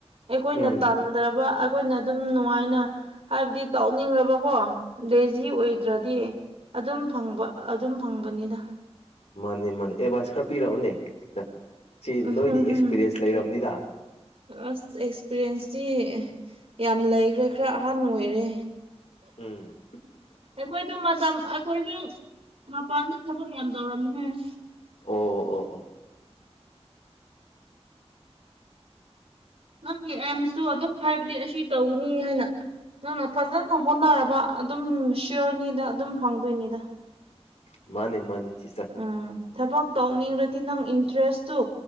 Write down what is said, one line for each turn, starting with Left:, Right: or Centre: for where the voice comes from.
Right: ꯑꯩꯈꯣꯏꯅ
Left: ꯎꯝ
Right: ꯐꯗꯔꯕ ꯑꯩꯈꯣꯏꯅ ꯑꯗꯨꯝ ꯅꯨꯡꯉꯥꯏꯅ ꯍꯥꯏꯕꯗꯤ ꯇꯧꯅꯤꯡꯈꯕꯀꯣ ꯂꯦꯖꯤ ꯑꯣꯏꯗ꯭ꯔꯗꯤ ꯑꯗꯨꯝ ꯐꯪꯕ ꯑꯗꯨꯝ ꯐꯪꯕꯅꯤꯗ
Left: ꯃꯥꯅꯦ ꯃꯥꯅꯦ ꯑꯦꯗꯚꯥꯏꯁ ꯈꯔ ꯄꯤꯔꯛꯎꯅꯦ ꯁꯤꯗ ꯁꯤ
Right: ꯎꯝ
Left: ꯅꯣꯏꯗꯤ ꯑꯦꯛꯁꯄꯤꯔꯤꯌꯦꯟꯁ ꯂꯩꯔꯝꯅꯤꯗ
Right: ꯑꯁ ꯑꯦꯛꯁꯄꯤꯔꯤꯌꯦꯟꯁꯇꯤ ꯌꯥꯝ ꯂꯩꯈ꯭ꯔꯦ ꯈꯔ ꯑꯍꯟ ꯑꯣꯏꯔꯦ
Left: ꯎꯝ
Right: ꯑꯩꯈꯣꯏꯗꯣ ꯃꯇꯝ ꯑꯩꯈꯣꯏꯁꯨ ꯃꯄꯥꯟꯗ ꯊꯕꯛ ꯌꯥꯝ ꯇꯧꯔꯝꯃꯦꯍꯁ
Left: ꯑꯣ ꯑꯣ ꯑꯣ
Right: ꯅꯪꯒꯤ ꯑꯦꯝꯁꯇꯨ ꯑꯗꯨꯝ ꯍꯥꯏꯕꯗꯤ ꯑꯁꯤ ꯇꯧꯅꯤ ꯍꯥꯏꯅ ꯑꯗꯨꯪꯅ ꯐꯖꯅ ꯍꯣꯠꯅꯔꯕ ꯑꯗꯨꯝ ꯁꯤꯌꯣꯔꯅꯤꯗ ꯑꯗꯨꯝ ꯐꯪꯗꯣꯏꯅꯤꯗ
Left: ꯃꯥꯅꯤ ꯃꯥꯅꯤ ꯁꯤꯁꯇꯔ
Right: ꯎꯝ ꯊꯕꯛ ꯇꯧꯅꯤꯡꯕꯗꯤ ꯅꯪ ꯏꯟꯇꯔꯦꯁꯇꯨ